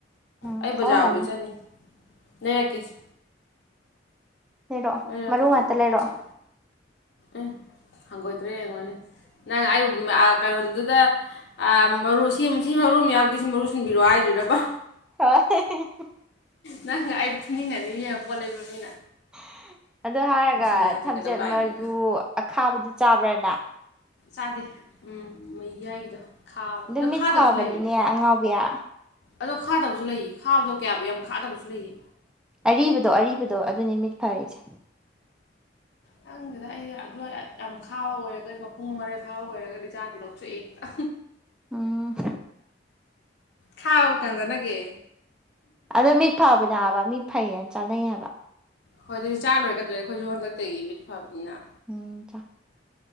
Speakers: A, in the centre; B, on the left (about 65°).
A: ꯎꯝ
B: ꯑꯩ
A: ꯊꯣꯛꯑꯝꯃꯅꯤ
B: ꯖꯥ ꯆꯅꯤ ꯅꯔ ꯀꯁ
A: ꯂꯩꯔꯛꯑꯣ
B: ꯂꯩꯔꯀꯦꯗꯨ
A: ꯃꯔꯨ ꯉꯥꯛꯇ ꯂꯩꯔꯛꯑꯣ
B: ꯆ ꯎ ꯍꯪꯒꯣꯏꯇ꯭ꯔꯦ ꯌꯦꯡꯉꯣꯟꯅꯦ ꯅꯪ ꯑꯩ ꯀꯩꯅꯣꯗꯨꯗ ꯎꯝ ꯃꯔꯨ ꯁꯤ ꯁꯤ ꯃꯔꯨꯝ ꯌꯥꯛ ꯑꯗꯨ ꯁꯤ ꯃꯔꯨ ꯁꯤꯟꯕꯤꯔꯣ ꯍꯥꯏꯗꯣꯏꯔꯕ
A: <inaudible>
B: ꯅꯪ ꯑꯩ ꯄꯨꯅꯤꯡꯉꯅꯤ ꯌꯦꯡꯉ ꯄꯣꯠ ꯂꯩꯕ ꯃꯤꯅ
A: ꯎ <inaudible> <inaudible> ꯑꯗꯨ ꯍꯥꯏꯔꯒ
B: ꯃꯁꯤ ꯑꯉꯥꯡꯁꯦ
A: ꯊꯝꯆꯦꯠ
B: ꯀꯩꯗꯧ ꯂꯥꯛꯏꯅꯣꯅ
A: ꯃꯔꯨ ꯑꯈꯥꯕꯗꯨ ꯆꯥꯕ ꯕꯥꯏ ꯅꯥꯏꯠ
B: ꯆꯥꯗꯦ ꯎꯝ ꯃꯩ ꯌꯥꯏꯒꯤꯗꯣ ꯈꯥ
A: ꯑꯗꯨ ꯃꯤꯠ
B: ꯈꯥꯗꯕꯁꯨ
A: ꯐꯕꯅꯤꯅꯦ
B: ꯂꯩꯕꯅꯦ
A: ꯑꯉꯥꯎꯕꯤꯌꯥ
B: ꯑꯗꯣ ꯈꯥꯗꯕꯁꯨ ꯂꯩ ꯐꯥꯕꯗꯣ ꯀꯌꯥꯕꯨ ꯌꯥꯝ ꯐꯥꯗꯕꯁꯨ ꯂꯩꯌꯦ
A: ꯑꯔꯤꯕꯗꯣ ꯑꯔꯤꯕꯗꯣ ꯑꯗꯨꯅꯤ ꯃꯤꯠ ꯐꯔꯛꯁꯦ
B: ꯅꯪꯁꯤꯗ ꯑꯩ ꯑꯗꯨ ꯌꯥꯝ ꯈꯥꯕ ꯑꯣꯏꯔꯒꯗꯤ ꯃꯄꯨꯡ ꯃꯔꯩ ꯐꯥꯕ ꯑꯣꯏꯔꯒꯗꯤ ꯆꯥꯗꯤ ꯂꯧꯊꯣꯛꯑꯦ ꯍꯦꯛꯇ
A: ꯎꯝ
B: ꯈꯥꯎꯥꯎ ꯀꯥꯟꯗ ꯅꯒꯦ
A: ꯑꯗ ꯃꯤ ꯐꯥꯕ ꯌꯥꯕ ꯃꯤ ꯐꯩꯌꯦꯅ ꯆꯥꯅꯩꯌꯦꯕ
B: ꯍꯣꯏ ꯑꯗꯨꯗꯤ ꯆꯥꯔꯨꯔꯦꯒꯗ꯭ꯔꯦ ꯑꯩꯈꯣꯏꯁꯨ ꯍꯟꯗꯛꯇꯒꯤ ꯃꯤꯠ ꯐꯕꯅꯤꯅ
A: ꯎꯝꯇ